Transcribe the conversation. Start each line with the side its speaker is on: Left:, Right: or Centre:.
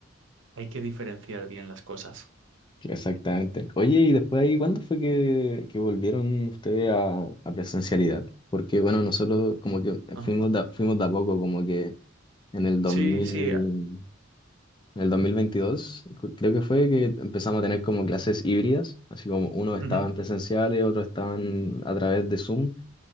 Right: hay que diferenciar bien las cosas.
Left: exactamente. Oye, y después ahí, ¿cuándo fue que, que volvieron ustedes a, a presencialidad? Porque bueno, nosotros como que
Right: Ajá.
Left: fuimos de, fuimos de a poco, como que en el 2000,
Right: Sí, sí.
Left: en el 2022, cu- creo que fue que empezamos a tener como clases híbridas, así como unos estaban
Right: ujú,
Left: presenciales, otros estaban a través de Zoom,